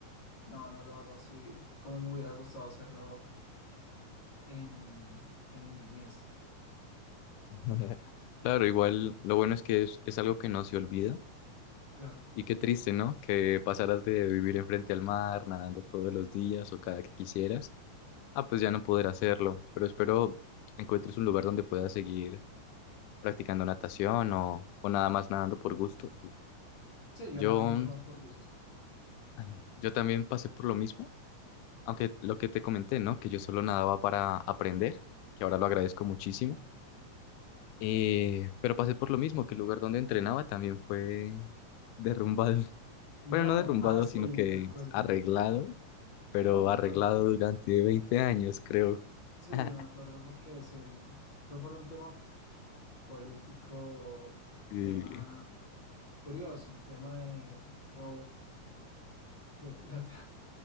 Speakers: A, on the left; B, on the left.
A: no, no lo hago así como me hubiera gustado hacerlo en, en mi niñez,
B: <laughs> Claro, igual lo bueno es que es, es algo que no se olvida
A: claro.
B: Y qué triste, ¿no? Que pasaras de vivir enfrente al mar, nadando todos los días o cada que quisieras, ah, pues ya no poder hacerlo. Pero espero encuentres un lugar donde puedas seguir practicando natación o, o nada más nadando por gusto. Uy.
A: Sí, yo
B: Yo,
A: nado mucho más por gusto.
B: ay, yo también pasé por lo mismo, aunque lo que te comenté, ¿no? Que yo solo nadaba para aprender, que ahora lo agradezco muchísimo. Eh, pero pasé por lo mismo, que el lugar donde entrenaba también fue derrumbado. <laughs>
A: No,
B: Bueno, no derrumbado,
A: ah, sí,
B: sino
A: me
B: que
A: acuerdo.
B: arreglado pero
A: No,
B: arreglado
A: pero
B: durante 20 años, creo.
A: sí,
B: <laughs>
A: me acuerdo porque se fue por un tema político,
B: Y,
A: tema. Curioso, un tema de robo de plata.